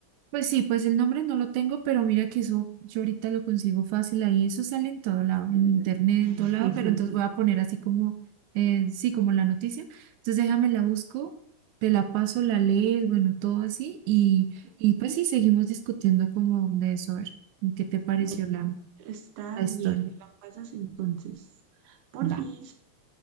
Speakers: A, on the right; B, on the right.
A: Pues sí, pues el nombre no lo tengo, pero mira que eso yo ahorita lo consigo fácil ahí, eso sale en todo lado, en internet,
B: <laughs>
A: en todo lado, pero entonces voy a poner así como, eh, sí, como la noticia. Entonces déjame la busco, te la paso, la lees, bueno, todo así, y,
B: Ujú.
A: y pues sí, seguimos discutiendo como de eso, a ver, ¿qué te pareció
B: Bueno,
A: la,
B: está
A: la historia?
B: bien, me la pasas entonces. Porfis,
A: Va,